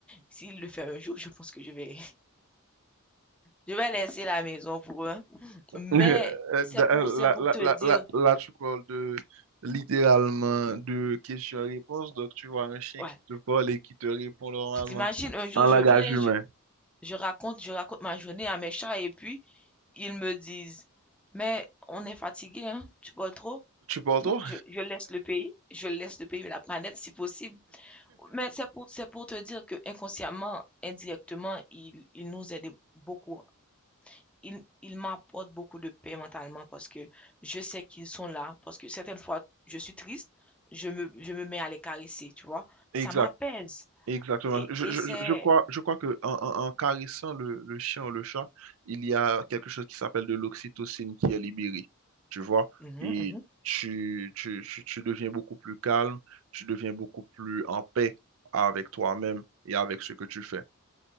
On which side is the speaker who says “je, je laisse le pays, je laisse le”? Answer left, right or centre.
Centre